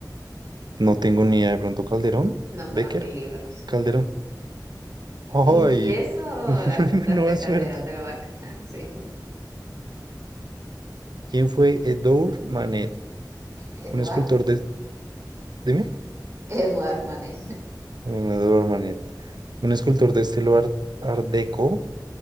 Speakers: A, on the right (about 70°); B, on the right (about 40°).
A: No tengo ni idea. De pronto Calderón,
B: No
A: Becker,
B: conozco el libro, no sé.
A: Calderón. ¡Ay!
B: Y eso
A: <laughs>
B: la acertaste,
A: Nueva suerte.
B: Calderón de la Barca. <laughs> Sí,
A: ¿Quién fue Edouard Manet?
B: Eduard,
A: Un escultor de... Dime.
B: Eduard Mané.
A: Mm, Edouard Manet. Un escultor de estilo Art, Art Deco,